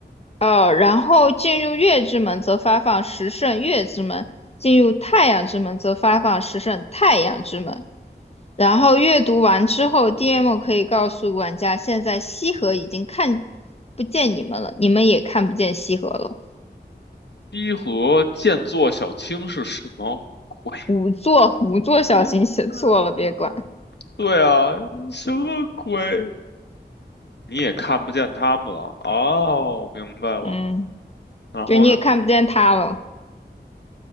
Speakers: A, on the left; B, on the left.
A: 呃，然后进入月之门则发放十胜月之门，进入太阳之门则发放十胜太阳之门。然后阅读完之后，DM 可以告诉玩家，现在西河已经看不见你们了，你们也看不见西河了。
B: 西河剑作小青是什么鬼？
A: 五座五座小心写错了，
B: 啊啊，
A: 别管。
B: 对啊，什么鬼？你也看不见他们了。哦，明白了。
A: 嗯，<laughs>
B: 然后呢？
A: 就你也看不见他了。